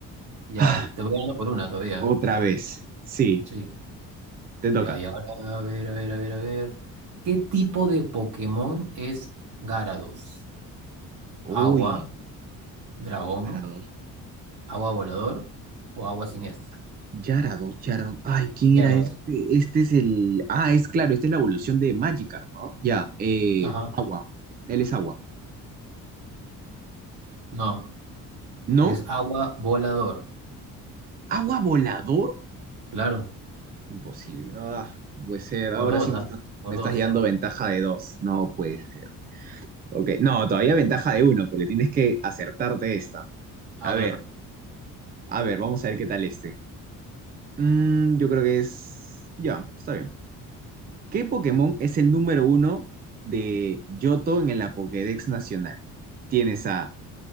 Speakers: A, on the right (about 70°); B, on the right (about 30°).
A: Ya,
B: Ah,
A: te voy dando por una todavía.
B: otra
A: ¿eh?
B: vez. Sí,
A: Sí.
B: te
A: Ya,
B: toca.
A: y ahora, a ver, a ver, a ver, a ver. ¿Qué tipo de Pokémon es Gyarados?
B: Uy.
A: Agua. dragón,
B: Yarados,
A: agua volador o agua siniestra.
B: Yarados, Yarados. Ay, ¿quién
A: Ya
B: era
A: los
B: este?
A: dos.
B: Este es el. Ah, es claro, esta es la evolución de Magikarp, ¿no? Ya, eh,
A: Ajá.
B: agua. Él es agua.
A: No,
B: ¿No?
A: es agua volador.
B: ¿Agua volador?
A: Claro.
B: Imposible. No, ah, no puede ser.
A: Por
B: Ahora
A: dos,
B: sí me
A: ¿ah?
B: estás,
A: Por
B: me estás
A: dos.
B: llevando ventaja de dos. No puede
A: Sí.
B: ser. Ok, no, todavía ventaja de uno, porque tienes que acertarte esta.
A: Ah,
B: A
A: claro.
B: ver, a ver, vamos a ver qué tal este. Mm, yo creo que es. Ya, está bien. ¿Qué Pokémon es el número uno de Johto en la Pokédex Nacional? Tienes a